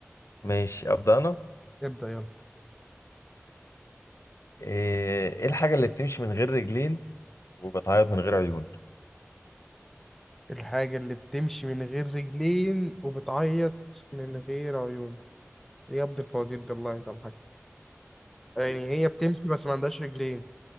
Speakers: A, on the left; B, in the centre.
A: ماشي ابدا انا
B: ابدا يلا
A: ايه إيه الحاجه اللي بتمشي من غير رجلين وبتعيط من غير عيون
B: الحاجه اللي بتمشي من غير رجلين وبتعيط من غير عيون إيه يا ابن الفوازير ده الله يسامحك يعني هي بتمشي بس ما عندهاش رجلين